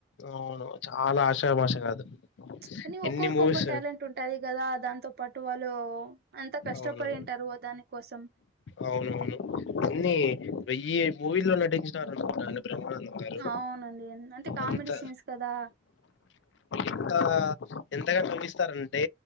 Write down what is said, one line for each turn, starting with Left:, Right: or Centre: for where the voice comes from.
Left: అవును చాల ఆషా మాష కాదు
Right: కానీ ఒక్కొరికి
Left: ఎన్ని మూవీస్
Right: ఒక్కొ ట్యాలెంట్ ఉంటుంటాది కదా దాంతో పాటు వాళ్ళు, అంత కష్టపడింటారు
Left: అవును
Right: దాని కోసం
Left: అవునవును ఎన్ని వెయ్యి మూవీల్లో నటించినారంట ఆయన బ్రహ్మానందం గారు
Right: అవునండి ఎన్ అంటే కామెడీ
Left: అంత
Right: సీన్స్ కదా
Left: ఎంత ఎంతగా నవ్విస్తారంటే